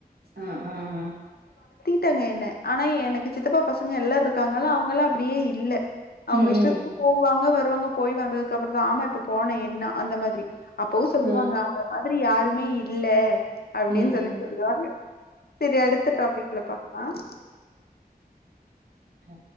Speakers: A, on the right (about 75°); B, on the left (about 75°).
A: ஆஹ் ஆஹ்ஹ
B: ட்டாங்க என்ன ஆனா எனக்கு சித்தப்பா பசங்க எல்லாம் இருக்காங்களா அவங்களாம் அப்படியே இல்ல அவங்க
A: ம்
B: இஷ்டத்துக்கு
A: ம்
B: போவாங்க வருவாங்க போய் வந்ததுக்கு அப்புறம் தான் ஆமா இப்ப போன என்ன அந்த மாதிரி அப்பவும் சொல்லுவாங்க
A: ஆ
B: அந்த மாதிரி யாருமே இல் இல்ல அப்படின்னு
A: ம்
B: சொல்லி
A: ம்
B: சொல்லுவாங்க செரி அடுத்த டாபிக்ல பாக்கலாம்
A: ஹ்